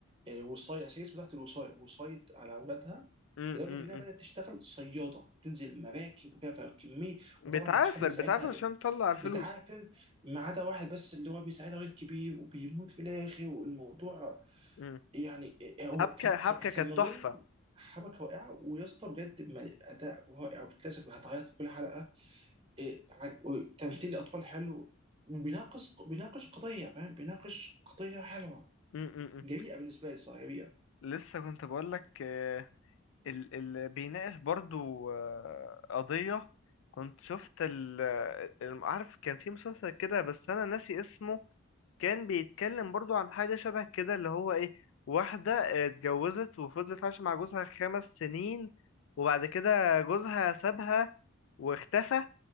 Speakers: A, on the right (about 25°); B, on the left (about 70°).
A: آه، وصاية عشان اسمه تحت الوصاية وصاية على اولادها
B: امم
A: لدرجه
B: امم
A: انها
B: امم.
A: بدات تشتغل صياده بتنزل مراكب وكده فكميه
B: بتعافر
A: وطبعا مفيش حد بيساعدها
B: بتعافر
A: غير
B: عشان تطلع الفلوس
A: بتعافر ما عدا واحد بس اللي هو بيساعدها ويلكي بيه وبيموت في الاخر والموضوع
B: امم
A: يعني هو
B: حبكه
A: كان
B: حبكه كانت
A: كان من
B: تحفه
A: ضمن حبكه رائعه ويا اسطى بجد ما- اداء رائع وبتلاسك هتعيط في كل حلقه إيه، عج- وتمثيل الاطفال حلو وبيناقش بيناقش قضيه فاهم بيناقش قضيه حلوه
B: امم امم، امم.
A: جريئه بالنسبه لي صراحه جريئه
B: لسه كنت بقول لك آه، ال ال بيناقش برضو آه، قضيه كنت شفت ال آه، ال- عارف كان في مسلسل كده بس انا ناسي اسمه كان بيتكلم برضو عن حاجة شبه كده اللي هو ايه واحدة اتجوزت وفضلت عايشة مع جوزها خمس سنين وبعد كده جوزها سابها واختفى